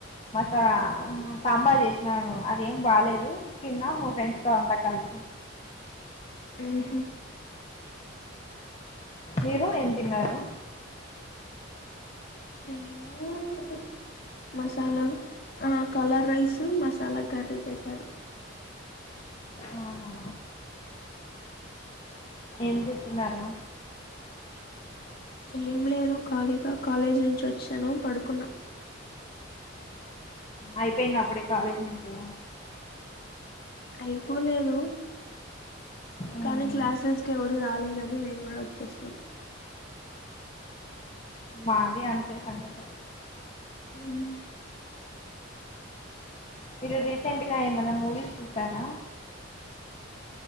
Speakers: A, on the left; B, on the left.
A: మసా సాంబార్ చేసినారు అదేం బాలేదు తిన్నా మా ఫ్రెండ్స్ తో అంతా కలిసి
B: ఉహు
A: మీరు ఏం తిన్నారు
B: నేను అదే మసాలా ఆ కలర్ రైస్ మసాలా కర్రీ చేసారు
A: అవునా ఏం చేస్తున్నారు
B: ఏం లేదు ఖాళీగా కాలేజీ నుంచి వచ్చాను పడుకున్నాం
A: అయిపోయింద అప్పుడే కాలేజ్ మీకు
B: అయిపోలేదు
A: ఉమ్,
B: కానీ క్లాసెస్కి ఎవరు రాలేదని మేము కూడా వచ్చేశినం
A: మాది అంతే సంఘతి
B: మ్మ్
A: మీరు రీసెంట్ గా ఏమన్నా మూవీస్ చూసారా